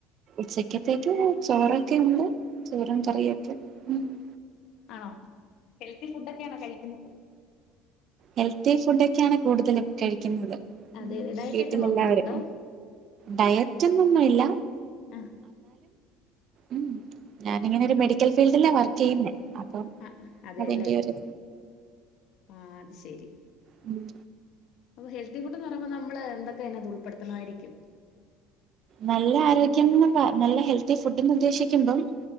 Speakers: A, on the right; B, on the left.
A: ഉച്ചക്കത്തേക്ക് ഊ ചോറൊക്കെ ഉണ്ട്- ചോറും കറിയൊക്കെ മ്-
B: ആണോ? ഹെൽത്തി ഫുഡ് ഒക്കെയാണോ കഴിക്കുന്ന
A: ഹെൽത്തി ഫുഡ് ഒക്കെ ആണ് കൂടുതലും കഴിക്കുന്നത്
B: അതെ അതെ ഡയറ്റ്
A: വീട്ടിലെല്ലാവരും
B: ഒക്കെ നോക്കാറുണ്ടോ
A: ഡയ- ഡയറ്റൊന്നും ഇല്ല
B: ആഹ്
A: ഉം ഞാൻ ഇങ്ങനെ ഒരു മെഡിക്കൽ ഫീൽഡിലാ വർക്ക് ചെയ്യുന്നേ അപ്പം
B: ആഹ് അതെ
A: അതിന്റെ
B: അല്ലേ
A: ഒരു
B: ആഹ് അത് ശരി
A: ഉംമ്
B: അപ്പൊ ഹെൽത്തി ഫുഡ് എന്ന് പറയുമ്പോ നമ്മള് എന്തൊക്കെ അതിനകത്ത് ഉൾപ്പെടുത്തണായിരിക്കും
A: നല്ല ആരോഗ്യം എന്ന് നല്ല ഹെൽത്തി ഫുഡ്ന്ന് ഉദ്ദേശിക്കുമ്പം-